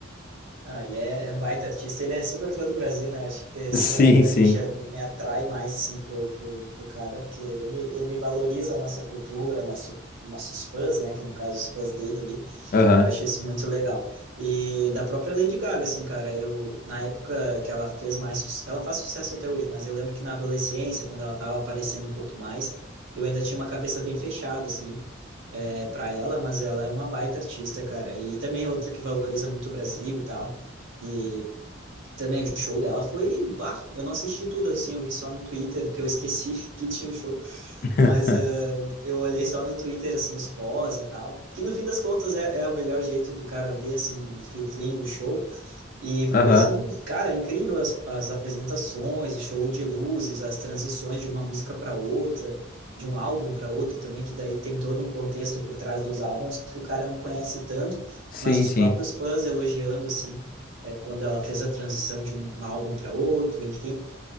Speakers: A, on the right; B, on the left.
A: Ah, ele é, é um baita artista, ele é super fã do Brasil, né? Acho que isso
B: Sim,
A: ainda
B: sim.
A: me chama, me atrai mais assim pro, pro, pro cara, porque ele, ele valoriza a nossa cultura, nosso, nossos fãs, né? Que no caso os fãs dele ali
B: Aham.
A: Eu achei isso muito legal. E da própria Lady Gaga, assim, cara, eu, na época que ela fez mais, su- ela faz sucesso até hoje, mas eu lembro que na adolescência, quando ela tava aparecendo um pouco mais, eu ainda tinha uma cabeça bem fechada, assim, é, para ela, mas ela é uma baita artista, cara. E também é outra que valoriza muito o Brasil e tal. E também o show dela foi, bah, eu não assisti tudo, assim, eu vi só no Twitter, que eu esqueci <laughs> que tinha o show,
B: <laughs>
A: mas ah, eu olhei só no Twitter, assim, os pós e tal, que no fim das contas é, é o melhor jeito do cara ver, assim, um filtrinho do show. E foi,
B: Aham.
A: assim, cara, incrível as, as apresentações, o show de luzes, as transições de uma música para outra, de um álbum para outro também, que daí tem todo um contexto por trás dos álbuns que o cara não conhece tanto,
B: Sim,
A: mas os
B: sim.
A: próprios fãs elogiando, assim, é, quando ela fez a transição de um álbum para outro, enfim.